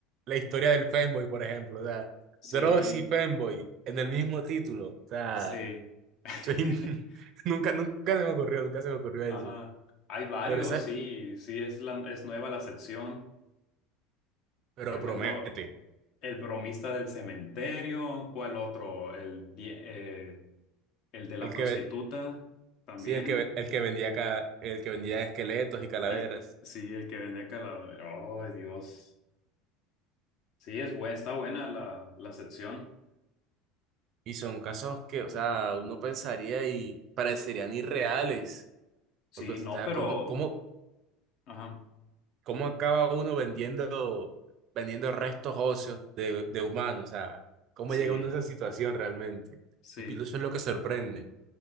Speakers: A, on the right; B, on the left.
A: la historia del Femboy, por ejemplo. O sea,
B: Sí,
A: Dross y Femboy en el mismo título. O sea,
B: sí. <laughs>
A: soy- <laughs> nunca, nunca se me ocurrió, nunca se me ocurrió eso.
B: Ajá. Hay varios,
A: Pero esa,
B: sí, sí, es, la, es nueva la sección.
A: pero
B: Por ejemplo,
A: promete.
B: el bromista del cementerio, ¿cuál otro? El, die- eh, el de la
A: El
B: prostituta
A: que, ve-
B: también.
A: sí, el que, ve- el que vendía, ca- el que vendía esqueletos y calaveras.
B: El, sí, el que vende calaveras. Oh, Dios. Sí, es buena, está buena la, la sección.
A: Y son casos que, o sea, uno pensaría y parecerían irreales,
B: Sí,
A: porque, o sea,
B: no, pero...
A: ¿cómo, cómo,
B: Ajá,
A: cómo acaba uno vendiendo, vendiendo restos óseos de, de humanos? O sea, ¿cómo
B: sí,
A: llega uno a esa situación realmente?
B: sí.
A: Y pues, eso es lo que sorprende.